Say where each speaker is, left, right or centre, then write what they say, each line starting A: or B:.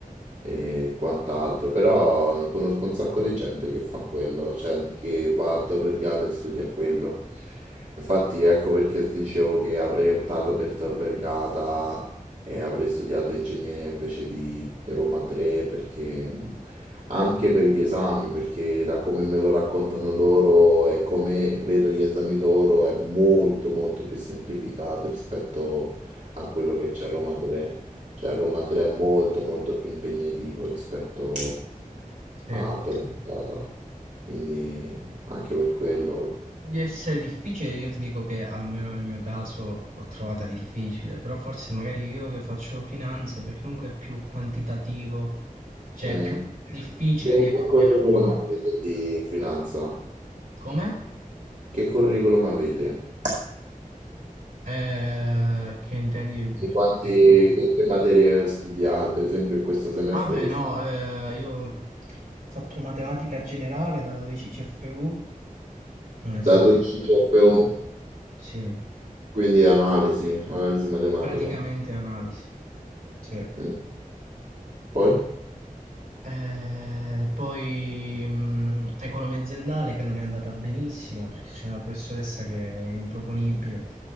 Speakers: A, on the right; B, on the right.
A: eh, e quant'altro, però conosco un sacco di gente che fa quello, cioè che va al Tor Vergata e studia quello. Infatti ecco perché ti dicevo che avrei optato per Tor Vergata e avrei studiato ingegneria invece di Roma 3 perché mh, anche per gli esami, perché da come me lo raccontano loro e come vedo gli esami loro è molto molto più semplificato rispetto a quello che c'è a Roma 3. Cioè a Roma 3 è molto molto più impegnativo rispetto
B: Sì.
A: a Torquemada. Quindi anche per quello.
B: Di essere difficile, io ti dico che almeno nel mio caso l'ho trovata difficile, però forse magari io che faccio finanza, perché comunque è più quantitativo, cioè
A: Mm.
B: è più difficile
A: E
B: di economia
A: che curriculum
B: normale.
A: avete di finanza?
B: Come?
A: Che curriculum avete?
B: Eh, che intendi per
A: Di quanti,
B: curriculum?
A: che, che materie studiate, per esempio in questo semestre
B: Ah beh
A: che
B: no,
A: studiate?
B: eh, io ho fatto matematica generale da 12 CFU, un esame,
A: Da 12
B: eh,
A: CFU,
B: sì,
A: quindi analisi, analisi matematica.
B: praticamente analisi. Sì.
A: Mm. Poi?
B: Eh, poi mh, economia aziendale che non è andata benissimo perché c'è una professoressa che è improponibile.